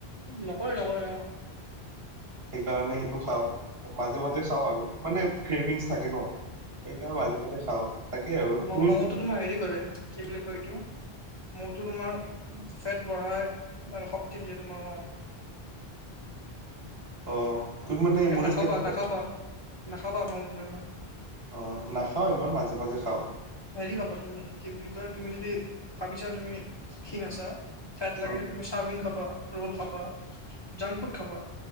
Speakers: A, on the left (about 25°); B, on the right (about 75°).
A: নকৰে নকৰে অ
B: সেইকাৰণে সেইটো খাওঁ, মাজে- মাজে খাওঁ আৰু। মানে ক্ৰেভিংছ থাকে ন, সেইকাৰণে মাজে- মাজে খাওঁ, তাকে আৰু
A: উম
B: তুমি
A: মম'টো তোমাৰ হেৰি কৰে। কি বুলি কয় এইটো মোৰটো তোমাৰ ফেট বঢ়াই আৰু শক্তি দিয়ে, তোমাৰ অ'।
B: অ'। তুমি মানে
A: এ
B: মোৰে
A: নাখাবা-
B: ষ্টেটাছ
A: নাখাবা- নাখাবা ম'ম'টো ইমান।
B: অ', নাখাওঁ ইমান, মাজে- মাজে খাওঁ।
A: হেৰি খাবা তুমি, কি বুলি কয় তুমি যদি ভাবিছা তুমি খীন আছা ফেট
B: অ
A: লাগে, তুমি চাওমিন খাবা, ৰ'ল খাবা, জাংক ফুড খাবা।